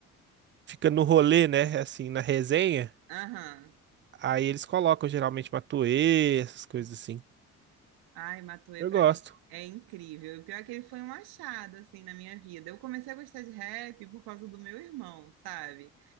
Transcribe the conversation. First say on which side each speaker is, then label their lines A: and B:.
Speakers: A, on the right (about 30°); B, on the right (about 60°).
A: fica no rolê, né? Assim, na resenha.
B: Aham.
A: Aí eles colocam geralmente Matuê, essas coisas assim.
B: Ai, Matuê
A: Eu
B: pra
A: gosto.
B: mim é incrível. O pior é que ele foi um achado, assim, na minha vida. Eu comecei a gostar de rap por causa do meu irmão, sabe?